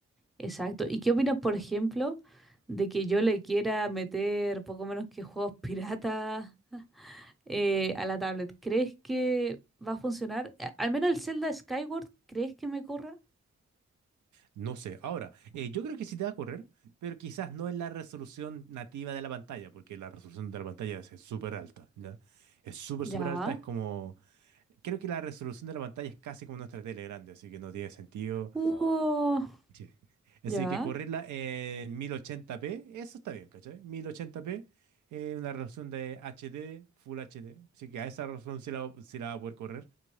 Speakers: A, in the centre; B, on the right.
A: Exacto. ¿Y qué opinas, por ejemplo, de que yo le quiera meter poco menos que juegos <laughs> piratas eh, a la tablet? ¿Crees que va a funcionar? A- Al menos el Zelda Skyward, ¿crees que me corra?
B: No sé, ahora, eh, yo creo que sí te va a correr, pero quizás no en la resolución nativa de la pantalla, porque la resolución de la pantalla es es súper alta, ¿ya? Es súper,
A: Ya.
B: súper alta, es como... Creo que la resolución de la pantalla es casi como nuestra tele grande, así que no tiene sentido
A: Uh,
B: Sí. Así
A: ya.
B: que correrla en 1080p, eso está bien, ¿cachai? 1080p, eh, una resolución de HD, Full HD. Así que a esa resolución sí la, va- sí la va a poder correr.